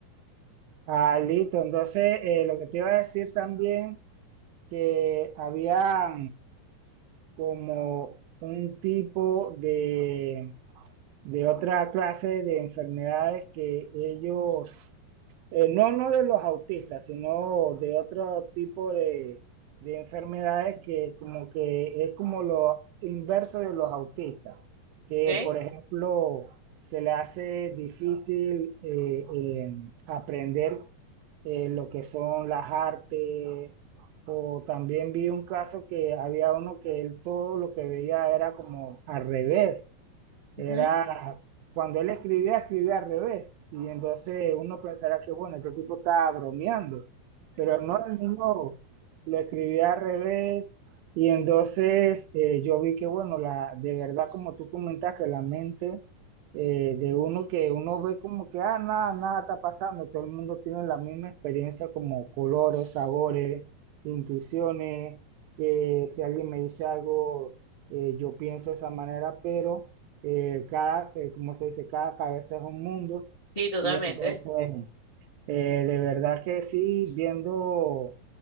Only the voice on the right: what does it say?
Ah, listo. Entonces, eh, lo que te iba a decir también, que había como un tipo de, de otra clase de enfermedades que ellos Eh, no, no de los autistas, sino de otro tipo de, de enfermedades que como que es como lo inverso de los autistas, que
por ejemplo se le hace difícil eh, eh, aprender eh, lo que son las artes, o también vi un caso que había uno que él todo lo que veía era como al revés, era
cuando él escribía, escribía al revés. Y entonces uno pensará que, bueno, este tipo estaba bromeando. Pero no, el niño lo escribía al revés. Y entonces eh, yo vi que, bueno, la, de verdad, como tú comentaste, la mente eh, de uno que uno ve como que, ah, nada, nada está pasando. Todo el mundo tiene la misma experiencia como colores, sabores, intuiciones, que si alguien me dice algo, eh, yo pienso de esa manera, pero eh, cada, eh, como se dice, cada cabeza es un mundo.
Y entonces, eh, de verdad que sí, viendo,